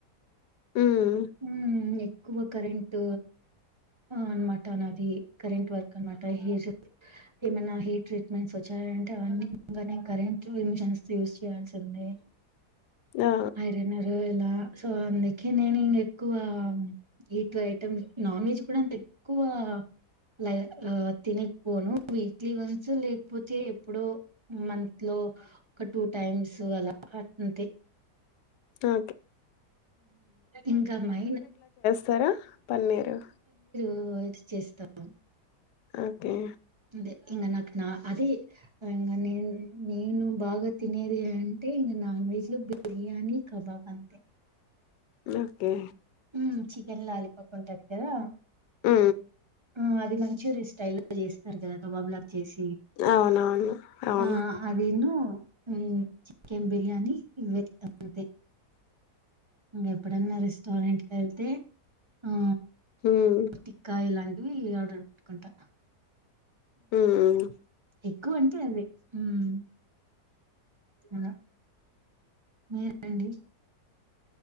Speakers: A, on the left; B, on the right.
A: మ్మ్
B: అ ఉ ఏక్ ఎక్కువ కరెంట్ అనమాట నాది కరెంట్ వర్క్ అనమాట హెయిర్స్ ఏమైనా హెయిర్ ట్రీట్మెంట్స్ వచ్చాయ అంటే అవన్నీ గానీ కరెంట్ మీషన్స్ యూస్ చేయాల్సిందే
A: ఆ
B: ఆయరేనారు ఎలా సో అందుకే నేను ఎక్కువ ఇటు ఐటమ్ నాన్ వెజ్ కూడా అంత ఎక్కువ లై లై తిను పోను వీక్లీ వన్స్ లేకపోతే ఎప్పుడో మంత్ లో ఒక టూ టైమ్స్ అలా అంతే
A: ఆ
B: ఇంకా మైన
A: సార పన్నీరు
B: ఓ అది చేస్తాం
A: ఓకే
B: అదే ఇంక నాకు నా అదే ఇంగా నేను నేను బాగా తినేది అంటే ఇక నాన్ వెజ్ లో బిర్యానీ కబాబ్ అంతే
A: ఓకే
B: ఉ చికెన్ లాలీపాప్ ఉంటది కదా
A: ఊ
B: ఆ! అది మంచూరి స్టైల్ లో చేసి ఆ ఓవర్లాక్ చేసి
A: అవునవును అవును
B: ఆ అదిను అ చికెన్ బిర్యానీ ఇవే అంతే ఇంకెప్పుడన్న రెస్టారెంట్ కి వెళ్తే ఆ
A: మ్మ్
B: టిక్క ఇలాంటి ఇవి ఆర్డర్ పెట్కుంటా
A: మ్మ్
B: ఎక్కువ అంటే అదే హ్మ్ అలా మీరండి